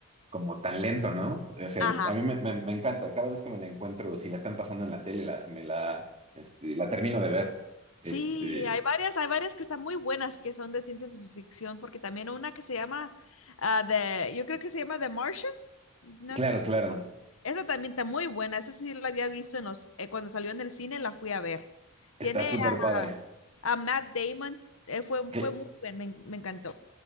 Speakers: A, on the right (about 30°); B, on the left (about 75°).
A: como tan lento, ¿no? O sea,
B: Ajá.
A: a mí me, me- me encanta. Cada vez que me la encuentro, si la están pasando en la tele, la, me la, este, la termino de ver. Este,
B: Sí, hay varias, hay varias que están muy buenas que son de ciencia ficción, porque también una que se llama ah, de, yo creo que se llama The Martian. ¿No
A: claro,
B: has escu-
A: claro.
B: esa también está muy buena. Esa sí la había visto en los, eh, cuando salió en el cine, la fui a ver.
A: Está
B: Tiene
A: súper padre.
B: a Matt Damon, eh, fue,
A: Cl-
B: fue muy bien, me, en- me encantó.